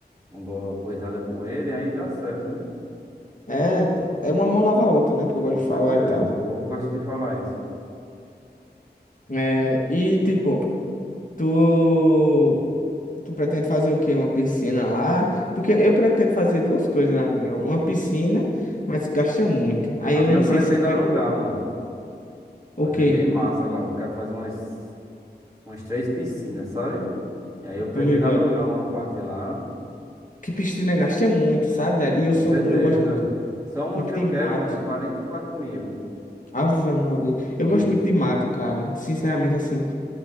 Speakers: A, on the right; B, on the left.
A: uma boa coisada com ele, aí dá certo, né?
B: É, é uma mão lava a outra, né, que eu gosto
A: Com
B: de
A: certeza.
B: falar e tal.
A: O povo gosta de falar isso.
B: É, e tipo, tu tu pretende fazer o quê? Uma piscina lá? Porque eu pretendo fazer duas coisas na minha. Uma piscina, mas gasta muito. Aí
A: A
B: eu
A: minha
B: não
A: eu
B: sei
A: pretendo
B: se eu pego
A: alugar, mano.
B: o
A: Fazer
B: quê?
A: bem massa lá. Eu quero fazer umas, umas três piscinas, sabe? E aí eu pretendo
B: Tô ligado.
A: alugar uma parte lá.
B: Que piscina gasta muito, sabe? Dad? E eu
A: Com
B: sou,
A: certeza.
B: mu- eu gosto muito.
A: Só uma
B: Muito
A: que
B: de
A: eu quero,
B: mato.
A: mano, é 44 mil.
B: Ave Maria.
A: E
B: Eu gosto muito de mato, cara. Sinceramente, assim,